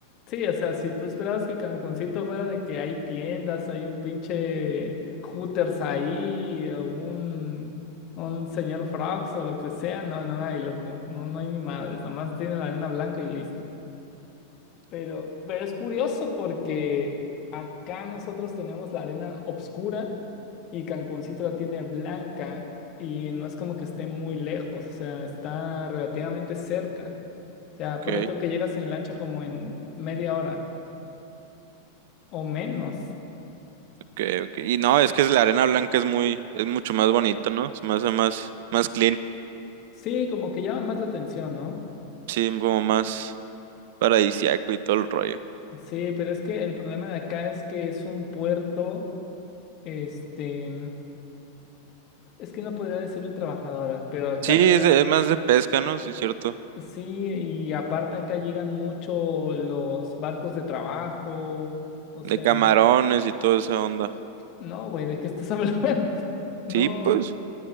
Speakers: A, on the left; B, on the right.
A: Sí, o sea, si tú esperabas que Cancuncito fuera de que hay tiendas, hay un pinche Hooters ahí, o un, un señor Frogs o lo que sea, no, no hay, loco, no, no hay ni madres, nomás tiene la arena blanca y listo. Pero, pero es curioso porque acá nosotros tenemos la arena obscura y Cancuncito la tiene blanca y no es como que esté muy lejos, o sea, está relativamente cerca. O sea,
B: Ok,
A: pone tú que llegas en lancha como en media hora. O menos.
B: ok, ok. Y no, es que es la arena blanca es muy, es mucho más bonito, ¿no? Se me hace más, más clean.
A: Sí, como que llama más la atención, ¿no?
B: Sí, como más. paradisiaco y todo el rollo.
A: Sí, pero es que el problema de acá es que es un puerto, este, es que no podría decirle trabajadoras, pero acá
B: Sí,
A: llegan,
B: es, de- es más de pesca, ¿no? Sí, es cierto.
A: sí, y aparte acá llegan mucho los barcos de trabajo, o sea,
B: De camarones y toda esa onda.
A: no, güey, ¿de qué estás hablando? <laughs> No.
B: Sí, pues.